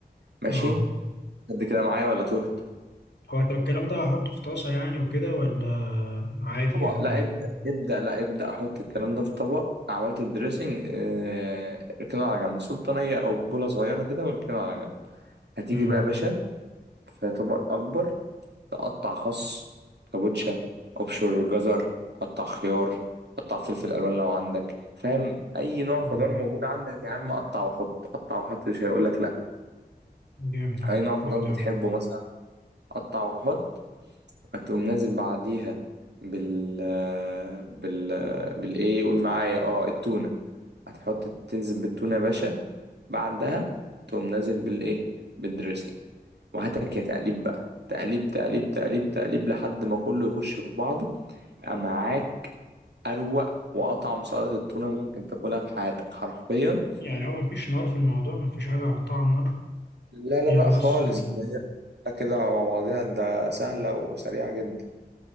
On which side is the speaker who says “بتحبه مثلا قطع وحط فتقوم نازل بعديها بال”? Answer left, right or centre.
Right